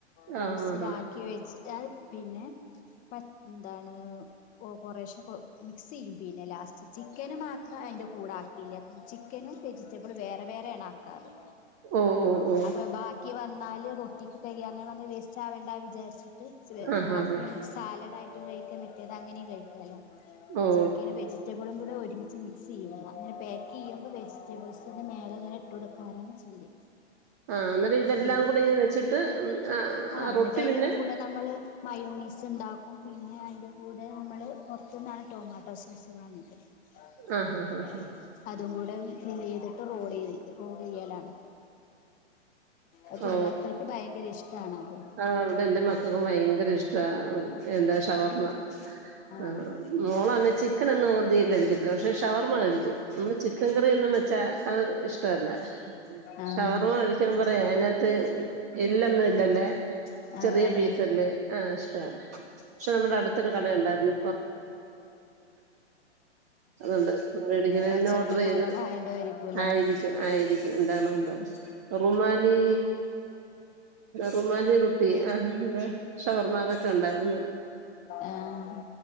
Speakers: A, on the left; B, on the right.
A: ബൗൾസിലാക്കി
B: ആഹാ
A: വെച്ചിട്ട് അത്പിന്നെ പ എന്താണ് ഒ കൊറേശെ മിക്സെയ്യും പിന്നെ ലാസ്റ്റ് ചിക്കന് മാത്ര അയിന്റെ കൂടെ ആക്കിയില്ല, ചിക്കനും വെജിറ്റബിളും വേറെ വേറെയാണ് ആക്കാറ്.
B: ഓ ഓ ഓ
A: അപ്പൊ ബാക്കി വന്നാല് റൊട്ടിക്ക് തെകയ് അങ്ങനെ വന്നാ വേസ്റ്റാവണ്ട വിചാരിച് ്ട്ട്
B: ആഹാ
A: ബാക്കി
B: ഹാ
A: നമ്മക്ക് സാലഡ് ആയിട്ടും കഴിക്ക മെറ്റേത് അങ്ങനെം കഴിക്കാലൊ, അപ്പൊ
B: ഓ
A: ചിക്കനും വെജി വെജറ്റബിളും കൂടെ ഒരുമിച്ച് മിക്സെ യ്യുക, അങ്ങനെ പേക്കെയ്യുമ്പോ, വെജിറ്റബിൾസിൻ്റെ മേലെ ങ്ങനെട്ടൊട്ക്കാറാണ് ചില്ലി,
B: ആ അന്നേരം ഇതെല്ലാം
A: പിന്നെ
B: കൂടെ ഇ വെച്ചിട്ട്
A: ആഹ്
B: ആ റൊട്ടി
A: ന്നിട്ട് അതിന്റെ
B: പിന്നെ
A: കൂടെ നമ്മള് മയോണീസ് ഉണ്ടാക്ക ക്കും, പിന്നെ അയിന്റെ കൂടെ നമ്മള് പൊർത്തുന്നാണ് ടൊമാട്ടോ സോസ് വാങ്ങല്.
B: ആഹാ
A: <inaudible>
B: ഹാ ഹാ
A: അതും കൂടെ ഫില്ല്ല്ലെയ്തിട്ട് റോൾ ചെയ്ത്, റോൾ ചെയ്യലാണ്. അത്
B: ഓ
A: മക്കൾക്ക് ഭയങ്കര ഇഷ്ടാണത്.
B: ആ ഇവിടെ എന്റെ മക്കക്കും ഭയങ്കര ഇഷ്ട എന്താ ഷവർമ്മ
A: ആഹ്
B: ആ മോളന്നെ ചിക്കനന്നുംധികം കഴിക്കത്തില്ല, പക്ഷെ ഷവർമ്മ കഴിക്കും നമ്മള് ചിക്കൻ കറിയെന്നും വെച്ചാ അത് ഇഷ്ടല്ല
A: ആഹ്
B: ഷവർമ്മ കഴിക്കൻ പറയാ അതിനകത്ത് എല്ലൊന്നും ഇല്ലല്ലേ
A: ആഹ്
B: ചെറിയ പീസല്ലേ
A: ആഹ്
B: ആഹ് ഇഷ്ട പക്ഷെ നമ്മുടെ അടുത്ത് ഒരു കട ഉണ്ടായിരുന്നു അതുകൊണ്ട് മേടിക്കണ
A: ആ കച്ചവടം
B: പിന്നെ ഓർഡർ ചെയ്ത്
A: കൊറ വാണ്ടായിരിക്കും ക്കുലെ
B: ആയിരിക്കും ആയിരിക്കും എന്താണ് ണ്ട റുമാലി റുമാ ിറുപ്പി ആ് ഷവർമ്മ അതൊക്കെ ഉണ്ടായിരുന്നു
A: ആഹ്